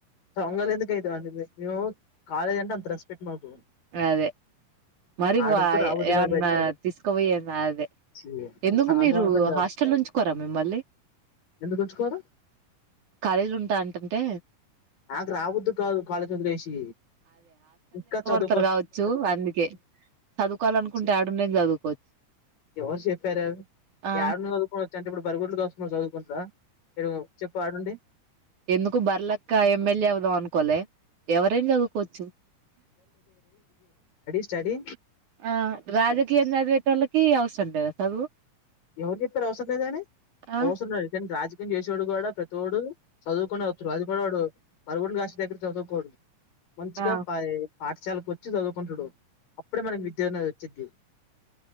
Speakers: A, on the left; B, on the right.
A: దొంగలు ఎందుకు అయితం అండి మేము కాలేజ్ అంత రెస్పెక్ట్ మాకు
B: అదే మరి
A: ఆడుంచి రాబోద్దు
B: ఏమన్నా
A: కాదు బయటికి
B: తీసుకుపోయ అదే
A: ఛీ
B: ఎందుకు
A: అర్థమవుతుందా
B: మీరు హాస్టల్ నుంచ కోరా మిమ్మల్ళీ
A: ఎందుకు ఉంచుకోరు
B: కాలేజీలు ఉంటా అంటంటే
A: నాకు రావద్దు కాదు కాళందర వేసి ఇంకా చదువు
B: రు కావచ్చు అందుకే చదువుకోవాలనుకుంటే
A: ఛీ
B: ఆడ నేను చదువుకోవచ్చు
A: ఎవరు చెప్పార
B: ఆ
A: ఎడ చదువుకోవచ్చ అంటే ఇప్పుడు బర్గడ్లు కాదుసుకుని చదువుకుంటరా ఎరు చెప్పు ఆడండి
B: ఎందుకు బర్లక్క ఎమ్మెల్యే అవుదాం అనుకోలే ఎవరైనా చదువుకోవచ్చు
A: చ్చడి
B: ఆ రాజకీయంగా అదిటల్ ఔసండద చదువు
A: ఎవరిక్కరు అవసరదనే
B: ఆ
A: అవసర రాజ చేసేడు కూడా ప్రతిోడు చదువుకునే వస్తడు అది కూడాడు పరుగుడు కాష్ట దగ్గర చదువుకోడు మంచిగా
B: ఆ
A: పాయ పాఠశాలకు వచ్చి చదువుకుంటుడు అప్పుడే మనకి విద్య అనేది వచ్చిది